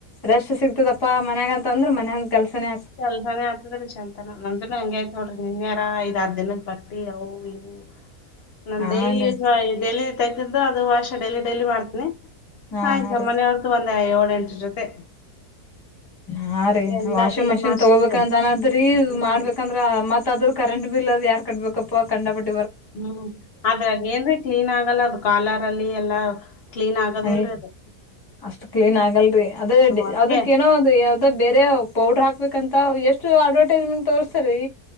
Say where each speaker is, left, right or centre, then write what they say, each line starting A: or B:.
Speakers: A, on the left; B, on the left.
A: ರೆಸ್ಟ್ ಸಿಗ್ತದಪ್ಪ ಮನ್ಯಾಗ ಅಂತ ಅಂದ್ರ ಮನ್ಯಾಗಿನ್ ಕೆಲ್ಸನೆ
B: ಕೆಲ್ಸಾನೆ ಆತದ್ರೀ ಸಂಜಿತನ ನಮ್ದನ ಹಂಗ ಆಯ್ತ ನೋಡ್ರಿ ನಿನ್ಯಾರ ಐದ ಆರ್ ದಿನದ ಬಟಿ ಅವು ಇವು ನಮ
A: ಹಾನ್
B: ಡೈಲಿ ಯೂಸ್
A: ರೀ
B: ಡೈಲಿ ತೆಗ್ದಿದ್ದು ಅದು ವಾಷ ಡೈಲಿ ಡೈಲಿ ಮಾಡ್ತೀನಿ
A: ಹಾ
B: ಆಯ್ತಮ್ಮನೆಯವ್ರದ್ದು
A: ರೀ
B: ಒಂದ ಏಳ ಎಂಟ್ರ ಜೊತೆ
A: ಹಾ ರೀ
B: ಎಲ್ಲಾ
A: ವಾಷಿಂಗ್
B: ಕ್ಲೀನ್
A: ಮಷಿನ್
B: ಮಾಡ್ಸಿದ್ರೆ
A: ತಗೋಬೇಕಂತ ಅನದ್ರೀ ಇ
B: ಹ್ಮ್
A: ಮಾಡ್ಬೇಕಂದ್ರ ಮತ್ ಅ ಆದ್ರ ಕರೆಂಟ್ ಬಿಲ್ ಅದು ಯಾರ್ ಕಟ್ಬೇಕಪ್ಪ ಕಂಡ ಬಿಟ್ಟ
B: ಹ್ಮ್ ಅದ್ರಾಗ ಏನ್ರಿ ಕ್ಲೀನ್ ಆಗಲ್ಲ ಅದು ಕಾಲಾರಲ್ಲಿ ಎಲ್ಲಾ ಆಗದಿಲ್ರಿ
A: ಹಗೆ
B: ಅದು
A: ಅಷ್ಟು ಕ್ಲೀನ್ ಆಗಲ್ರಿ ಅದೇ
B: ಅದಕ್ಕೆ
A: ಅದಕ್ಕ ಏನೋ ಅ ಅ ಬೇರೆ ಪೌಡ್ರ ಹಾಕ್ಬೇಕಂತ ಎಷ್ಟು ಅಡ್ವರ್ಟೈಸ್ಮೆಂಟ್ ತೋರ್ಸ್ತರಿ